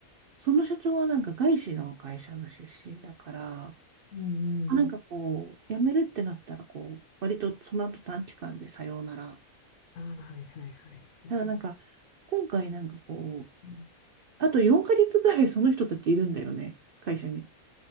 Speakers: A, on the right; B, on the left.
A: その社長はなんか外資の会社の出身だから、
B: うん。うんうん。
A: あなんかこう、辞めるってなったら、こう、割とその後短期間でさようなら。
B: ああ、はいはいはい。
A: ただなんか、今回なんかこう、
B: うん
A: あと4ヶ月ぐらいその人たちいるんだよね、会社に。